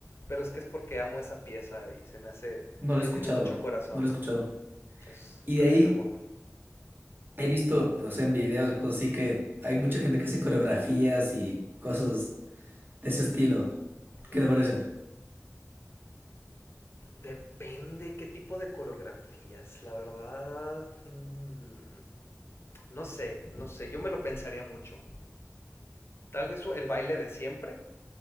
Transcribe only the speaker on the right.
no lo
he escuchado,
no lo he escuchado.
Y
de ahí
he visto, o sea, en videos y cosas así que hay mucha gente que hace coreografías y cosas de ese estilo. ¿Qué
te parece?